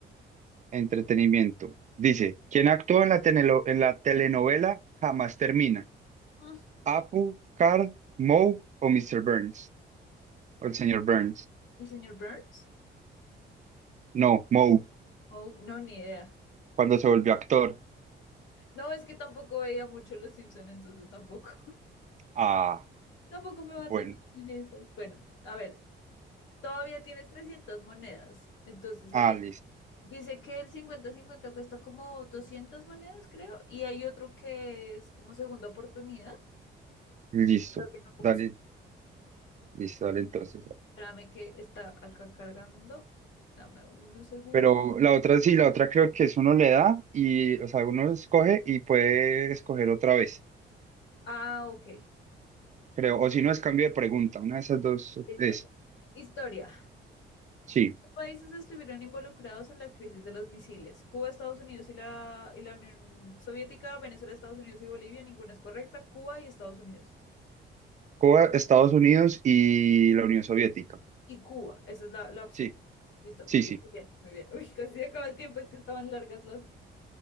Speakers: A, on the right (about 40°); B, on the left (about 70°).
A: Entretenimiento. Dice, ¿quién actuó en la, tenelo- en la telenovela Jamás Termina?
B: Mm,
A: ¿Apu, Carl, Moe o Mr. Burns? O el señor Burns.
B: ¿El señor Burns?
A: No, Moe,
B: Oh, no, ni idea.
A: cuando se volvió actor.
B: No, es que tampoco veía mucho Los Simpson, entonces tampoco.
A: Ah,
B: Tampoco me va
A: bueno.
B: tan bien en esas. Bueno, a ver, todavía tienes 300 monedas. Entonces
A: Ah,
B: ahí
A: listo.
B: dice que el cincuenta cincuenta cuesta como 200 monedas, creo. Y hay otro que es como segunda oportunidad.
A: Listo.
B: Creo que son como...
A: Dale,
B: si-
A: listo, dale entonces.
B: Espérame que está acá cargando. Dame unos segundos.
A: Pero la otra sí, la otra creo que es uno le da y, o sea, uno escoge y puede escoger otra vez.
B: Ah, ok.
A: Creo, o si no es cambio de pregunta, una de esas dos
B: Listo.
A: es.
B: Historia.
A: Sí,
B: Países estuvieron involucrados en la crisis de los misiles. Cuba, Estados Unidos y la, y la Unión Soviética, Venezuela, Estados Unidos y Bolivia. Ninguna es correcta. Cuba y Estados Unidos.
A: Cuba, Estados Unidos y la Unión Soviética.
B: y Cuba. Esa es la, la opción.
A: Sí,
B: Listo.
A: sí,
B: Sí,
A: sí.
B: muy bien, muy bien. Uy, <laughs> casi se acaba el tiempo, es que estaban largas las.